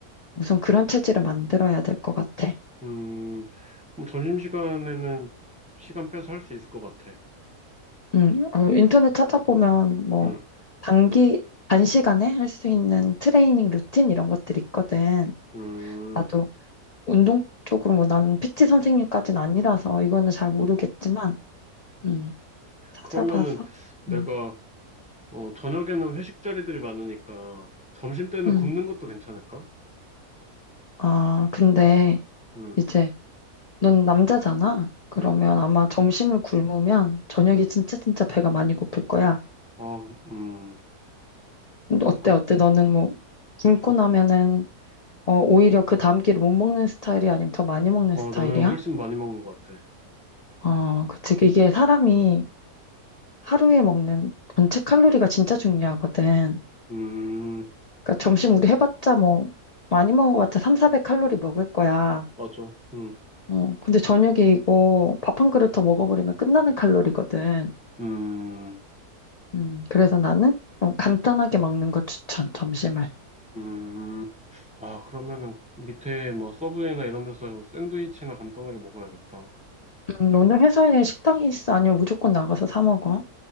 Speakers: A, on the left; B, in the centre.
A: 우선 그런 체질을 만들어야 될 것 같아.
B: 음. 그럼 점심시간에는 시간 빼서 할 수 있을 것 같아.
A: 음, 어, 인터넷 찾아보면
B: 음,
A: 뭐
B: 음,
A: 단기 단시간에 할 수 있는
B: 음,
A: 트레이닝 루틴 이런 것들이 있거든.
B: 음,
A: 나도 운동 쪽으로 뭐 나는 PT 선생님까지는 아니라서 이거는 잘 모르겠지만
B: 음.
A: 음, 찾아봐서
B: 그러면은 내가,
A: 음,
B: 어, 저녁에는 회식 자리들이 많으니까 점심 때는
A: 음.
B: 굶는 것도 괜찮을까?
A: 아, 근데
B: 음,
A: 이제 넌 남자잖아. 그러면
B: 음,
A: 아마 점심을 굶으면 저녁에
B: 음.
A: 진짜 진짜 배가 많이 고플 거야.
B: 아, 음,
A: 근데
B: 그럴
A: 어때
B: 것
A: 어때?
B: 같아.
A: 너는 뭐 굶고
B: 어,
A: 나면은 어, 오히려 그 다음 끼를 못 먹는 스타일이 아니면 더 많이 먹는
B: 어,
A: 스타일이야?
B: 나는 훨씬 많이 먹은 것 같아.
A: 어, 그치. 이게 사람이
B: 응.
A: 하루에 먹는 전체 칼로리가 진짜 중요하거든.
B: 음,
A: 그러니까 점심 우리 해봤자 뭐 많이 먹은 것 같아. 3, 400칼로리 먹을 거야.
B: 맞아. 음,
A: 어, 근데 저녁에 이거 밥 한 그릇 더 먹어버리면 끝나는 칼로리거든.
B: 음,
A: 음, 그래서 나는 어, 간단하게 먹는 거 추천, 점심을.
B: 음. 아, 그러면은 밑에 뭐 서브웨이나 이런 데서 샌드위치나 간단하게 먹어야겠다.
A: 음, 오늘 회사에 식당이 있어? 아니면 무조건 나가서 사 먹어?